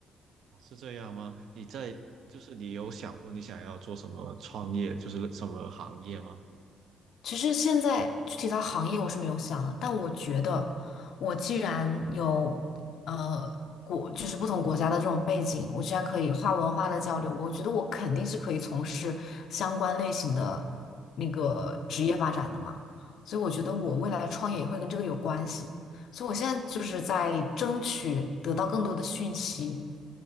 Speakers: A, on the right; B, on the left.
A: 哦，是这样吗？你在，就是你有想过你想要做什么创业，就是什么行业吗？
B: 其实现在具体到行业我是没有想的，但我觉得我既然有呃国就是不同国家的这种背景，我既然可以跨文化的交流，我觉得我肯定是可以从事相关类型的那个职业发展的嘛。所以我觉得我未来创业也会跟这个有关系。所以我现在就是在争取得到更多的讯息。